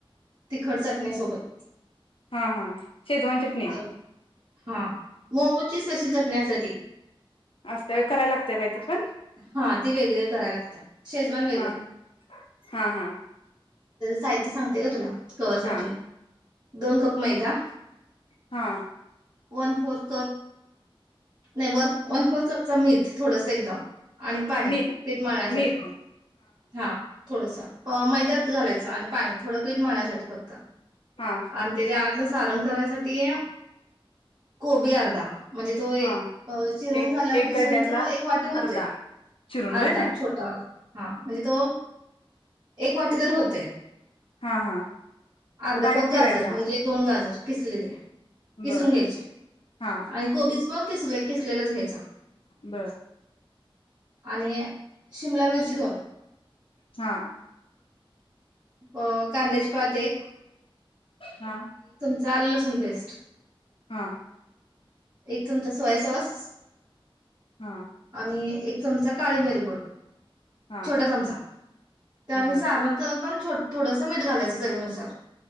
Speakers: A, on the right; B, on the left.
A: तिखट सा <unintelligible> सोबत
B: हा हा शेजवान चटणी
A: अ हा मोमोजची स्पेशल <unintelligible> न्यासठी
B: असत करायला लागतया काय ती पण.
A: हा ती वेगळी कराय लागती या शेजवान वेगळी
B: हा हा हा
A: काय त सांगते ग तुला कवर साठी
B: हा
A: ये दोन कप मैदा
B: हा
A: वन फोर्थ कप नाही वर वन फोर चमचा मीठ थोडस एकदम आणि पाणी
B: मी
A: पीठ मळण्यासाठी
B: मीठ
A: हा थोडस मैद्यात घालायचं आणि पाणी थोडं पीठ मळण्यासाठी फक्त
B: हा
A: आणि त्याच्या आतलं सारण करायसाठी कोबी अर्धा म्हणजे तो
B: हा
A: अ चिरून
B: एक
A: झाला
B: एक
A: खिसून
B: गड्ड्यातला
A: तो एक वाटी होतोय
B: अर्धा चिरून व्हय
A: अर्धा छोटावाला हा म्हणजे तो एक पटदर होतंय.
B: हा हा
A: अर्धा
B: बारीक
A: कप
B: चिरायचा
A: गाजर म्हणजे दोन गाजर किसलेले. किसून
B: बर
A: घ्यायचे
B: हा
A: आणि कोबीज किसलय किसलेलेच घ्यायचं
B: बर.
A: आणि शिमला मिरची दोन
B: हा.
A: अ कांद्याची पात एक
B: हा.
A: चा अल्ल लसूण पेस्ट
B: हा.
A: एक चमचा सोया सॉस
B: हा
A: आणि एक चमचा काळी मिरीपूड
B: हा
A: छोटा चमचा आणि
B: बर
A: सारत पण थोडसं मीठ घालायचं चवीनुसार